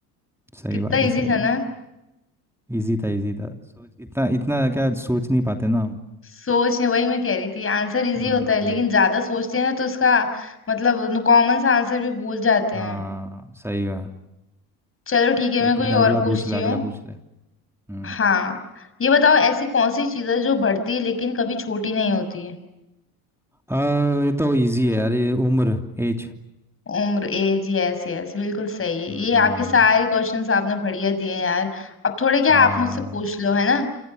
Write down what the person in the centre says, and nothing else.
सही
बात है
सही
बात
इजी था इजी था सोच इतना इतना क्या सोच नहीं पाते ना हम
हम्म
हाँ
सही कहा
चल
कोई
नहीं अगला
पूछ ले अगला
पूछ ले हम्म
आ, ये तो इजी है यार ये उम्र एज
हम्म
हाँ